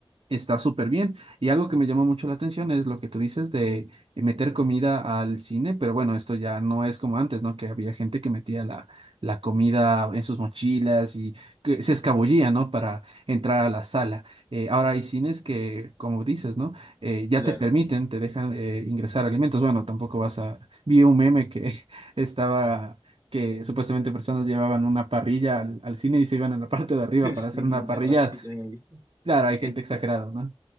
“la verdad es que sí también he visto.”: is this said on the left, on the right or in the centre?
Right